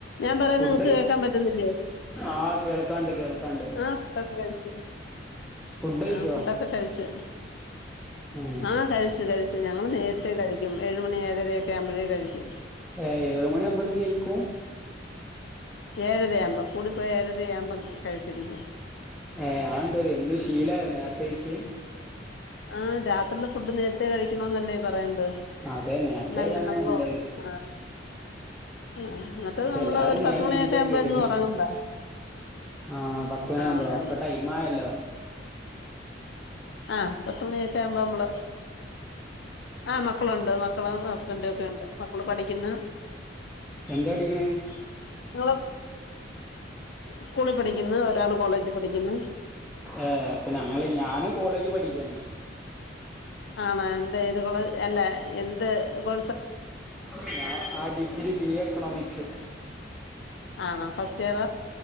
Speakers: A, on the left (about 70°); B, in the centre.
A: ഞാൻ പറയന്നേ
B: ഫുഡ്
A: നിങ്ങക്ക് കേക്കാൻ പറ്റുന്നില്ലേ
B: ആഹ് കേൾക്കാണ്ട് കേൾക്കാണ്ട്
A: ആഹ് ഫുഡൊക്കെ കഴിച്ച
B: ഫുഡ് കഴിച്ചോ
A: ആഹ് ഫുഡക്കെ കഴിച്ചു
B: ഉം
A: ആഹ് കഴിച്ചു കഴിച്ചു ഞങ്ങൾ നേ ത്തെ കഴിക്കും ഏഴുമണി ഏഴരക ആവ്മ്പഴേ കഴിക്കും
B: ഏഹ് ഏഴ മണിയുമ്പോത്തന് കഴിക്കും
A: ഏഴരയാകുമ്പോ കൂടിപ്പോയി ഏഴരയാകുമ്പോം കഴിച്ചിരിക്കും
B: ഏഹ് ആന്താ എന്നും ശീലായോ നേരത്തെ കഴച്ച
A: ആഹ് രാത്രിയിലെ ഫുഡ് നേരത്തെേ കഴിക്കണന്നല്ലേ പറയത്
B: അതെ നേരത്തെ
A: നല്ല
B: കഴിക്കാനാ
A: നമ്മള
B: നല്ലത്
A: ആഹ് ആഹ് എന്നിട്ട്
B: പക്ഷെ
A: നമ്മള്
B: എല്ലാരും
A: ഒരു പത്ത്മണിയൊക്കെ
B: നേരം വൈകീട്ടാ
A: ആവുമ്പോ
B: കഴിക്കല്
A: എന്നും ഉറങ്ങണ്ടോ
B: ആഹ് പത്തുമണിയാവുമ്പോഴോ
A: അതാണ്
B: പ്പട്ടൈമായല്ലോ
A: ആഹ് പത്തുമണിയൊക്കെ ആവുമ്പോ നമ്മള് ആഹ് മക്കളുണ്ട് മക്കള ഒക്കെണ്ട് മക്കള് പഠിക്കുന്ന
B: എന്താ പഠിക്കണേ
A: നിങ്ങള് സ്കൂളിൽ പഠിക്കുന്ന ഒരാള് കോളേജിൽ പഠിക്കുന്നു
B: ഏഹ് അപ്പൊ ഞങ്ങള് ഞാനും കോളേജ് പഠിക്കാണ്
A: ആണ എന്താ ഇത് കൊള അല്ല എന്ത് കൊ
B: ഞ ആഹ് ഡിഗ്രി ബി എ എക്കണോമിക്സ്
A: ആണ ഫസ്റ്റ് ഇയറ